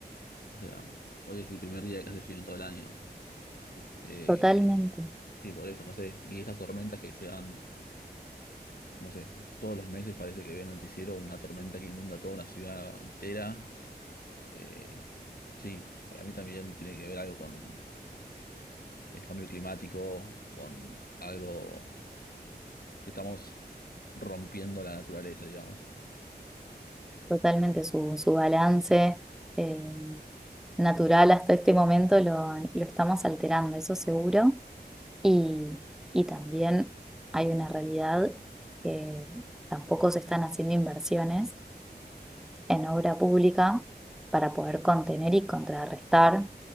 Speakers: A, on the left; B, in the centre.
A: O sea, hoy es el primer día que hace frío en todo el año. Eh,
B: Totalmente,
A: sí, por eso, no sé. Y esas tormentas que se dan. No sé, todos los meses parece que veo en el noticiero una tormenta que inunda toda una ciudad entera. Eh, sí, para mí también tiene que ver algo con el cambio climático, con algo que estamos rompiendo la naturaleza, digamos.
B: totalmente su, su balance eh, natural hasta este momento lo, lo estamos alterando, eso seguro. Y, y también hay una realidad que tampoco se están haciendo inversiones en obra pública para poder contener y contrarrestar